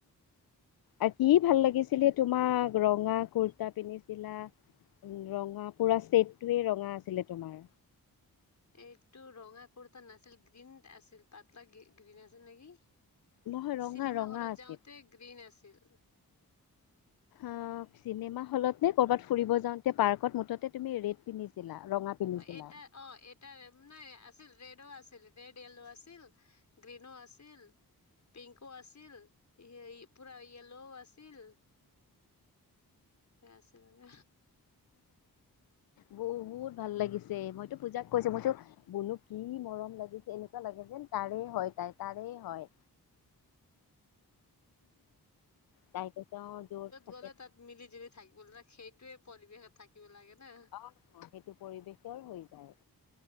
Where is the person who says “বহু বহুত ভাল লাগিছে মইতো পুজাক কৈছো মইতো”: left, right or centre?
Left